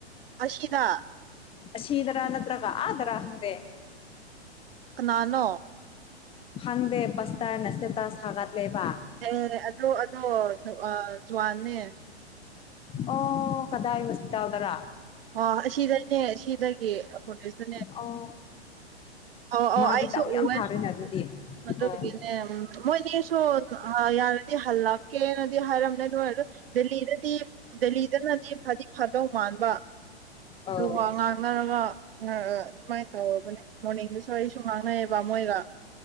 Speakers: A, on the right (about 60°); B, on the left (about 15°).
A: ꯑꯁꯤꯗꯥ
B: ꯑꯁꯤꯗꯔ ꯅꯠꯇ꯭ꯔꯒ ꯑꯥꯗꯔ ꯈꯪꯗꯦ
A: ꯀꯅꯥꯅꯣ
B: ꯍꯪꯗꯦ ꯄꯁꯇꯔꯅ ꯏꯁꯇꯦꯇꯥꯁ ꯊꯥꯒꯠꯂꯦꯕ
A: ꯑꯦ ꯑꯗꯣ ꯑꯗꯣ ꯑꯥ ꯖꯨꯋꯥꯅꯦ
B: ꯑꯣ ꯀꯗꯥꯏ ꯍꯣꯁꯄꯤꯇꯥꯜꯗꯔ
A: ꯑꯣ ꯑꯁꯤꯗꯅꯦ ꯁꯤꯗꯒꯤ ꯐꯣꯔꯁꯦꯁꯇꯅꯦ
B: ꯑꯣ
A: ꯑꯣ ꯑꯣ
B: ꯃꯥꯗꯤ
A: ꯑꯩꯁꯨ
B: ꯗꯥꯎ ꯌꯥꯝ
A: ꯎꯋꯦ
B: ꯐꯥꯔꯦꯅ
A: <unintelligible>
B: ꯑꯗꯨꯗꯤ ꯑꯣ
A: ꯃꯣꯏꯅꯤꯁꯨ ꯌꯥꯔꯗꯤ ꯍꯜꯂꯛꯀꯦꯅꯗꯤ ꯍꯥꯏꯔꯝꯃꯦ ꯑꯗꯨ ꯑꯣꯏ ꯗꯦꯜꯂꯤꯗꯗꯤ ꯗꯦꯜꯂꯤꯗꯅꯗꯤ ꯐꯥꯗꯤ ꯐꯥꯗꯧ ꯃꯥꯟꯕ
B: ꯑꯧ
A: ꯑꯗꯨꯒ ꯋꯥ ꯉꯥꯡꯅꯔꯒ ꯑꯑꯗꯨꯃꯥꯏ ꯇꯧꯔꯕꯅꯦ ꯃꯣꯔꯅꯤꯡꯗꯁꯨ ꯑꯩꯁꯨ ꯉꯥꯡꯅꯩꯌꯦꯕ ꯃꯣꯏꯒ